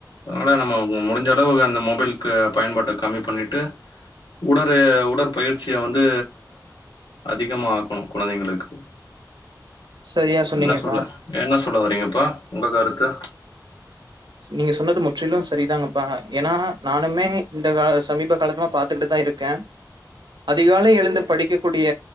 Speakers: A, on the left (about 85°); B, on the right (about 80°).
A: அதனால நம்ம முடிஞ்ச அளவு அந்த மொபைல்க்கு பயன்பாட்ட கம்மி பண்ணிட்டு உட ட உடற்பயிற்சிய வந்து அதிகமா ஆக்கணு குழந்தைங்களுக்கு
B: சரியா சொன்னீங்கப்பா
A: என்ன சொல்ல என்ன சொல்ல வரீங்கப்பா உங்க கருத்து
B: நீங்க சொன்னது முற்றிலு சரிதாங்கப்பா ஏன்னா நானுமே இந்த கா சமீப காலமா பாத்துக்கிட்டுதா இருக்கே அதிகாலை எழுந்து படிக்கக்கூடிய